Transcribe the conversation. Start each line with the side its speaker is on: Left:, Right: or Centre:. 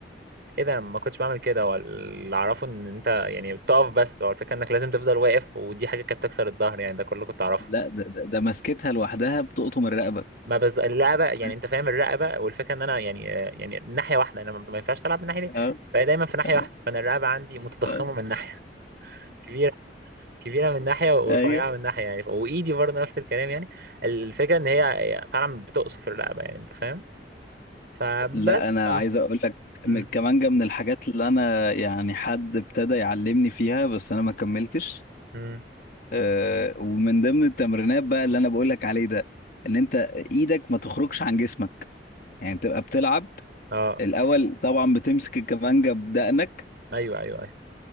Right: ايه ده انا ما كنتش بعمل كده هو اللي اعرفه ان انت يعني بتقف بس هو الفكره انك لازم تفضل واقف ودي حاجه كانت تكسر الظهر يعني ده كله كنت اعرفه
Left: لا ده, ده, ده مسكتها لوحدها بتقطم الرقبه
Right: ما بز الرقبه يعني
Left: <laughs>
Right: انت فاهم الرقبه والفكره ان انا يعني يعني ناحيه واحده انا ما ما ينفعش العب من ناحيتين
Left: اه
Right: فهي دايما في ناحيه
Left: اه
Right: واحده فانا الرقبه عندي متضخمه
Left: اه
Right: من ناحيه كبيره كبيره من ناحيه ورفيعه
Left: ايوه
Right: من ناحيه يعني وايدي برضه نفس الكلام يعني الفكره ان هي هي فعلا بتقصف الرقبه يعني انت فاهم فبس
Left: لا انا
Right: اه
Left: عايز اقول لك
Right: امم
Left: من الكمانجا من الحاجات اللي انا يعني حد ابتدى يعلمني فيها بس انا ما كملتش
Right: امم
Left: أه ومن ضمن التمرينات بقى اللي انا بقول لك عليه ده ان انت ايدك ما تخرجش عن جسمك يعني تبقى بتلعب
Right: اه
Left: الاول طبعا بتمسك الكمانجا بدقنك
Right: ايوه ايوه ايوه